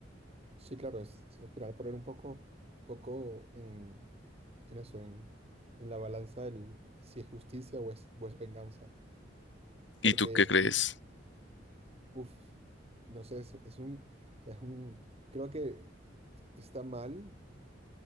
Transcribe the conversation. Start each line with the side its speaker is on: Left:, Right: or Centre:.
Right: sí, claro, es al final poner un poco, poco en, en eso, en, en la balanza del si es justicia o es, o es venganza.
Left: ¿Y
Right: Porque
Left: tú qué crees?
Right: sí, uff, no sé, es, es un, o sea, es un, creo que está mal